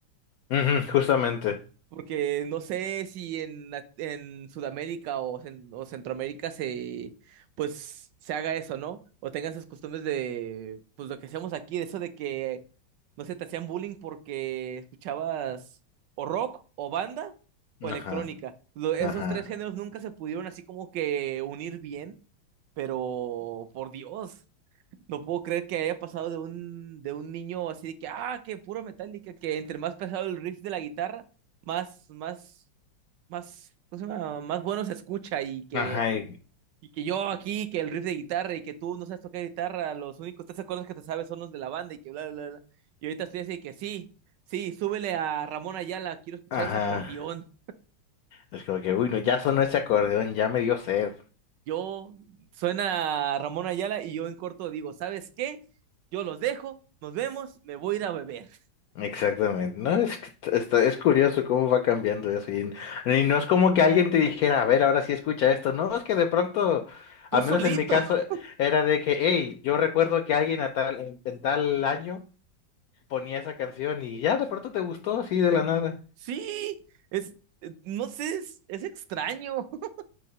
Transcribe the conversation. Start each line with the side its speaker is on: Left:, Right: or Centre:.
Left: Ujú, justamente.
Right: Porque no sé si en, la- en Sudamérica o, Cen- o Centroamérica se pues se haga eso, ¿no? O tengan esas costumbres de pues lo que hacemos aquí, de eso de que no sé, te hacían bullying porque escuchabas o rock o banda o electrónica.
Left: Ajá,
Right: Lo- esos
Left: ajá.
Right: tres géneros nunca se pudieron así como que unir bien, pero por Dios. No puedo creer que haya pasado de un, de un niño así de que, ah, que puro Metallica, que entre más pesado el riff de la guitarra, más, más, más, ¿cómo se llama? Más bueno se escucha y que,
Left: Ajá, y-
Right: y que yo aquí, que el riff de guitarra y que tú no sabes tocar guitarra, los únicos tres acordes que te sabes son los de la banda y que bla, bla, bla. bla. Y ahorita estoy así de que sí, sí, súbele a Ramón Ayala, quiero escuchar
Left: Ajá.
Right: ese acordeón.
Left: Es como que, uy, no, ya sonó ese acordeón, ya me dio sed.
Right: Yo, suena Ramón Ayala y yo en corto digo, ¿sabes qué? Yo los dejo, nos vemos, me voy a ir a beber.
Left: Exactamente. No, es, que t- está, es curioso cómo va cambiando eso. Y, y no es como que alguien te dijera, a ver, ahora sí escucha esto. No, es que de pronto,
Right: Tú
Left: al
Right: solito.
Left: menos en mi caso, era de que, hey, yo recuerdo que alguien a tal, en, en tal año ponía esa canción y ya de pronto te gustó así de la nada.
Right: Sí, es, eh, no sé, es, es extraño. <laughs>